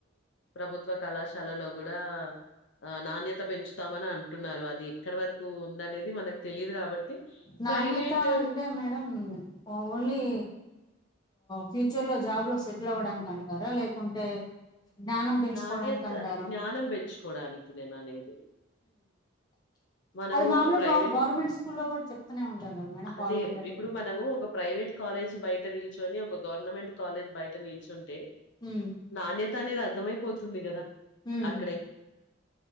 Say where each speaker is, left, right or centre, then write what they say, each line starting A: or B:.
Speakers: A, on the left; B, on the left.
A: ప్రభుత్వ కళాశాలలో గుడా ఆ నాణ్యత పెంచుతామని అంటున్నారు. అది ఇక్కడ వరకు ఉందనే ది మనకు తెలీదు కాబట్టి
B: నాణ్యత
A: ప్రైవేట్
B: అంటే మేడం ఓన్లీ ఫ్యూచర్లో జాబ్లో సెటిల్ అవ్వడానికి అంటారా లేకుంటే జ్ఞానం పెంచుకోవడానికి
A: నాణ్యతా
B: అంటారా
A: జ్ఞానం పెంచుకోడానికి నేననేది. మనము
B: అది మాముూల్గా
A: ఒక ప్రైవేట్
B: గ గవర్నమెంట్ స్కూల్లో గూడా చెప్తూనే ఉంటారు గదా మేడం
A: అదే
B: కాలేజీల
A: ఇప్పుడు మనము ఒక ప్రైవేట్ కాలేజ్ బయట నిల్చొని ఒక గవర్నమెంట్ కాలేజ్ బయ్ నిల్చుంటే
B: హ్మ్
A: నానిర్ తనే రాద్దామా ఇప్ పోతుంది గదా
B: హ్మ్
A: అక్కడే